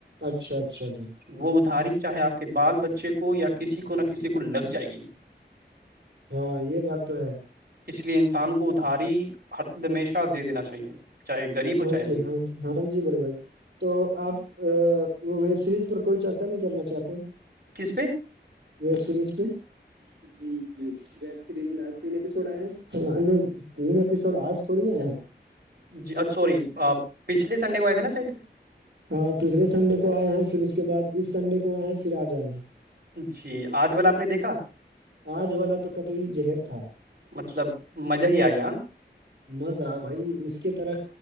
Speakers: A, on the right; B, on the right.
A: اچھا اچھا جی
B: وہ ادھاری چاہے آپ کے بال بچے کو یا کسی کو نہ کسی کو لگ جائے گی
A: ہاں یہ بات تو ہے
B: اس لیے انسان کو ادھاری ہر ہمیشہ دے دینا چاہیے چاہے غریب ہو
A: ہاں
B: چاہے امیر
A: جی ہاں
B: ہو
A: جی ہاں جی بڑے بھائی تو آپ ویب سریز پر کوئی چرچا نہیں کرنا چاہتے ہیں
B: کس پہ
A: ویب سیریز پہ جی جی ویب سیریز میں آست نے بھی چھڑا ہیں تین ایپیسوڈ آج تھوڑی ہے ہیں
B: جی ا سوری پچھلے سنڈے کو آئے تھے نا سید
A: ہاں پچھلے سنڈے کو آئے ہیں پھر اس کے بعد اس سنڈے کو آئے ہیں پھر آج آئے ہیں
B: جی آج وال آپ نے دیکھا
A: آج والا تو کطعی زہر تھا
B: مطلب مزہ ہی آ گیا
A: مزہ بھائی اس کے طرح